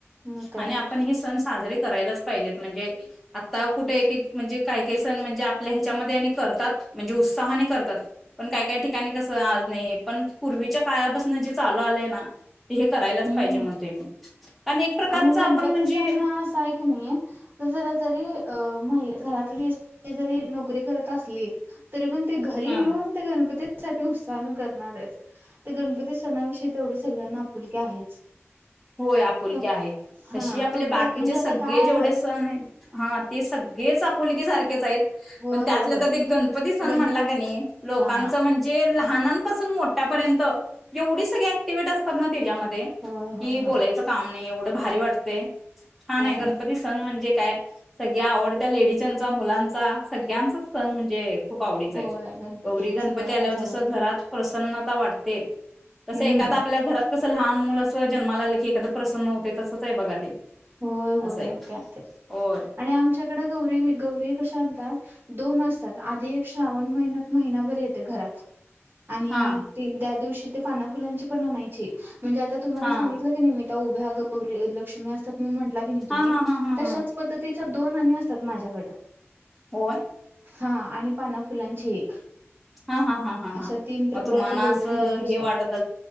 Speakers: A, on the right; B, in the centre.
A: मग काय
B: आणि आपण
A: तर
B: हे सण साजरे करायलाच पाहिजेत म्हंजे आता कुठे एक एक म्हंजे काय काही सण म्हंजे आपल्या ह्याच्यामध्ये आणि करतात म्हणजे उत्साहाने करतात पण, काय काय ठिकाणी कसं आज नाही पण पूर्वीच्या काळपसन जे चालू आलेय ना, ते हे करायलाच
A: हम्म
B: पाहिजे म्हणते मी. एक प्रकारच
A: आणि गणपती
B: आपण म्हणजे
A: सण हा असा आहे की नाही तो जरा जरी अ माहीत घरातली स्त्री जरी नोकरी करत असली तरी, पण ते घरी
B: हा
A: येऊन ते गणपतीत साठी उत्साहन करणारच ते गणपती सणा विषयी तेवढी सगळ्यांना आपुलकी आहेच.
B: होय आपुलकि
A: फक्त
B: आहे
A: हा
B: तशी, आपले
A: फक्त
B: बाकीचे
A: म्हणजे
B: सगळे
A: आता काय
B: जेवढे सण आहेत हा ते सगळेच चा पूल की सारखी <unintelligible>
A: होय
B: पण त्यातल्या
A: होय होय
B: त्यात राक गणपती सन
A: गणपतीच
B: म्हणला कि नै लोकांच
A: हा
B: म्हंजे लहान त पासून मोठ्या पर्यंत रावढी सगळी ऍक्टिवेट असतात ना त्यांच्यामध्ये
A: होय
B: की
A: होय
B: बोलायचं
A: होय
B: काम नाही एव्हड भारी वाटतंय छानय गणपती
A: होय
B: सण म्हंजे काय सगळ्या आवडत्या लेडीजांचा, मुलांचा सगळ्यांचा सण म्हणजे खूप आवडीचाय
A: होय
B: गौरी गणपती
A: सगळ्यांनाच
B: आल्यावर
A: आवडते.
B: जसं घरात प्रसन्न नता वाटते कसं
A: हम्म
B: एखादं आपल्या घरांत कसं लहान मुलं असं जन्माला आलं की एखादं प्रसन्न होते तसंच आहे बघा ते.
A: होय होय
B: असं आहे
A: मग त्या ते
B: होय
A: आणि आमच्याकडें गौरी गौरी कशा आणतात दोन असतात आधी एक श्रावण महिन्यात महिनाभर येते घरांत. आणि
B: हा
A: ते त्या दिवशी ते पाना फुलांची पण आणायची. म्हणजे आता तुम्हाला
B: हा
A: सांगितलं की नाही, मी त्या उभ्या गौरी लक्ष्मी असतात. म्हंटलं कि नै तुम्ही
B: हा हा हा हा
A: तश्याच
B: हा
A: पदतीची दोन आणि असं माझ्याकडं
B: होय
A: हां आणि पाना फुलांची एक.
B: हा हा हा हा
A: अशा
B: हां
A: तीन प्रकारच्या
B: मग तुम्हाला
A: गौरी
B: असं
A: घरात बसवायला
B: हे वाटत